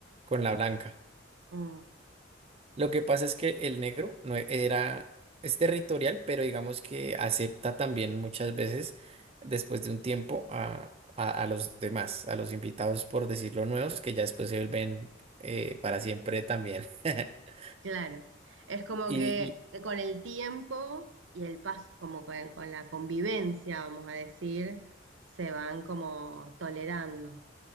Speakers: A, on the right; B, on the right.
A: con la blanca.
B: mm.
A: Lo que pasa es que el negro no e- era, es territorial, pero digamos que acepta también muchas veces, después de un tiempo, a, a- a los demás, a los invitados, por decirlo, nuevos, que ya después se vuelven eh, para siempre también. <laughs>
B: Claro, es como
A: Y,
B: que
A: y-
B: eh, con el tiempo y el paso, como con, con la convivencia, vamos a decir, se van como tolerando.